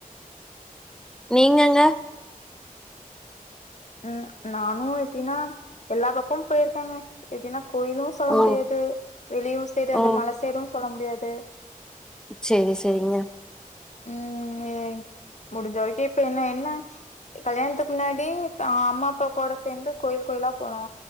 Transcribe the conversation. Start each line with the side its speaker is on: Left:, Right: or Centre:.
Centre: நீங்கங்க
Left: ம் நானு எப்டின்னா எல்லா பக்கம் போயிருக்கேங்க எப்டின்னா கோயிலு சொல்ல
Centre: ஓ
Left: முடியாது வெளியூர் சைடு அந்த
Centre: ஓ
Left: மல சைடும் சொல்ல முடியாது
Centre: செரி செரிங்க
Left: ம் எ முடிஞ்ச வரைக்கு இப்ப என்ன என்ன கல்யாணத்துக்கு முன்னாடி பா அம்மா அப்பா கூட சேந்து கோயில் கோயிலா போனோ